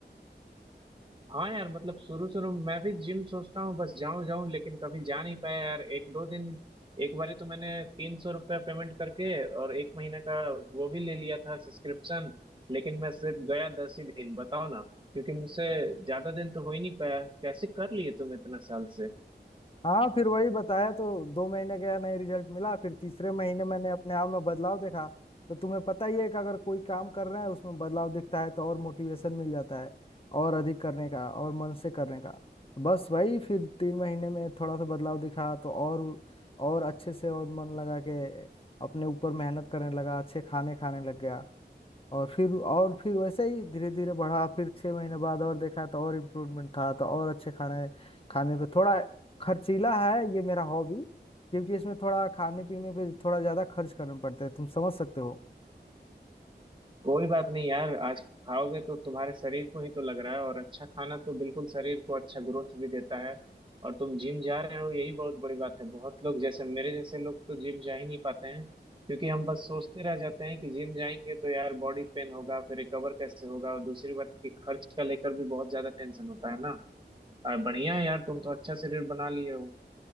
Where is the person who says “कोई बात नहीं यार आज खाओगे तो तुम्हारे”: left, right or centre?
Right